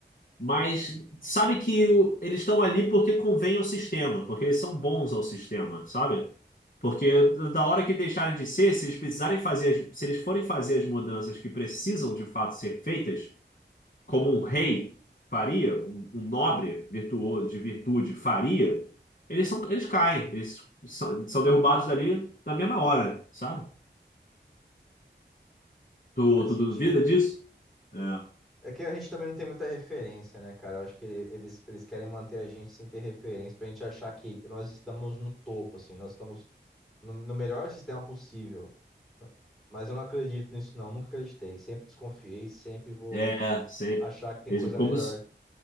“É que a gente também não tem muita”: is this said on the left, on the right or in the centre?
Centre